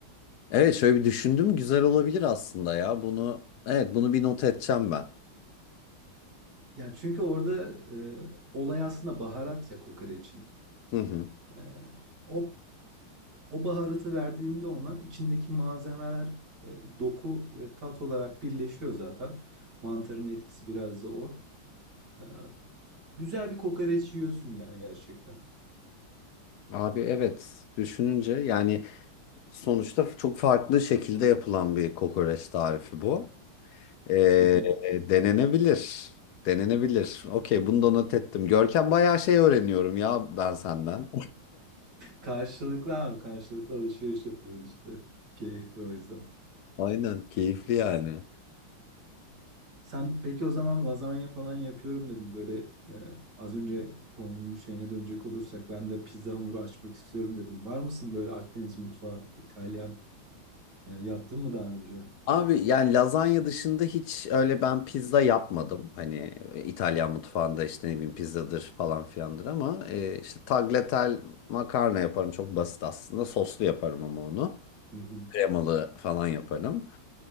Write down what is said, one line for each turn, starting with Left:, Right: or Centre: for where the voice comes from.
Left: evet şöyle bir düşündüm güzel olabilir aslında ya. Bunu evet bunu bir not edeceğim ben.
Right: Ya çünkü orada e, olay aslında baharat ya kokoreçin.
Left: Hı hı.
Right: Ee, o O baharatı verdiğinde ona içindeki malzemeler e, doku ve tat olarak birleşiyor zaten. Mantarın etkisi biraz da o. Ee, güzel bir kokoreç yiyorsun yani gerçekten.
Left: Abi evet düşününce yani sonuçta çok farklı şekilde yapılan bir kokoreç tarifi bu. Ee,
Right: <laughs>
Left: denenebilir. Denenebilir. Okey bunu da not ettim. Görkem bayağı şey öğreniyorum ya ben senden.
Right: Karşılıklı abi karşılıklı alışveriş yapıyoruz işte. Keyifli o yüzden.
Left: Aynen keyifli
Right: S-
Left: yani.
Right: Sen peki o zaman lazanya falan yapıyorum dedin. Böyle e, az önce konunun şeyine dönecek olursak ben de pizza hamuru açmak istiyorum dedim. Var mısın böyle Akdeniz mutfağı, İtalyan e, yaptın mı daha önce?
Left: Abi yani lazanya dışında hiç öyle ben pizza yapmadım. Hani e, İtalyan mutfağında işte ne bileyim pizzadır falan filandır ama e, işte tagliatelle makarna yaparım çok basit aslında. Soslu yaparım ama onu.
Right: Hı hı,
Left: Kremalı falan yaparım.